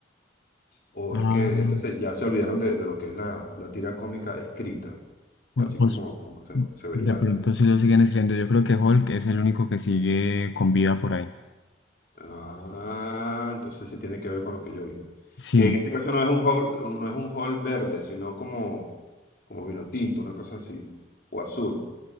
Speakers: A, on the left; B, on the left.
A: o
B: Ah,
A: es que esto se- ya se olvidaron de, de lo que es la, la tira cómica escrita,
B: bueno,
A: así
B: pues
A: como, como se
B: mm,
A: se veía
B: de pronto
A: antes.
B: sí lo siguen escribiendo. Yo creo que Hulk es el único que sigue con vida por ahí.
A: Ah, entonces sí tiene que ver con lo que yo vi.
B: Sí.
A: Que en este caso no es un hall, no es un hall verde, sino como, como vino tinto, una cosa así, o azul.